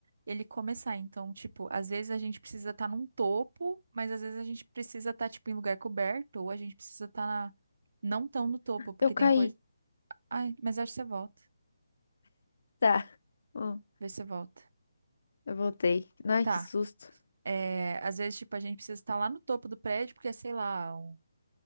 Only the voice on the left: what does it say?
Eu caí.
Tá. Hum,
eu voltei. Ai,
que susto.